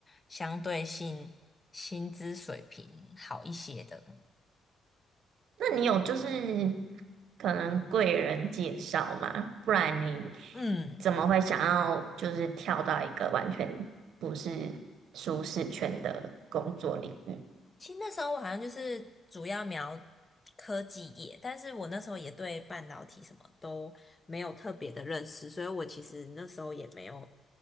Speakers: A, on the left (about 25°); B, on the right (about 70°).
A: 相对性薪资水平好一些的。
B: 那你有就是可能贵人介绍吗？不然你
A: 嗯，
B: 怎么会想要就是跳到一个完全不是舒适圈的工作领域？
A: 其实那时候我好像就是主要瞄科技业，但是我那时候也对半导体什么都没有特别的认识，所以我其实那时候也没有。